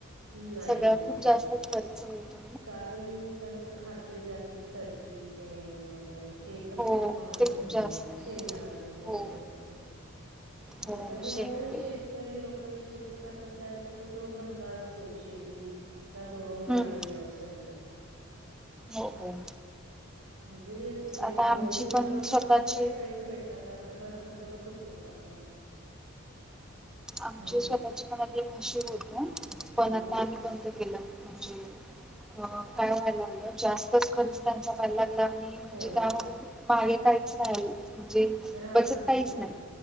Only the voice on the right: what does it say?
नाही
नाही
कारण त्यांचं खाद्य जे असेल सरकी पेंट वगैरे ते पण
खूप महाग
झालेल
शेंगदाणा पेंड वगैरे
असतं ते पण
आता जे
आपण शेत शेतकरी लोक शेती करतात त्यांचा तो जोडधंदा असतोच शेती जा जोडून घाई
व्यवसायाचा
म्हणजे ते जेणेकरून
दूधातून
आपल्याला जे काही पैसे भेट तात., त्यातला घर खर्च तर सुटतोच आपला.
हो
हम्म
हो
राहतच
नव्हतं
काही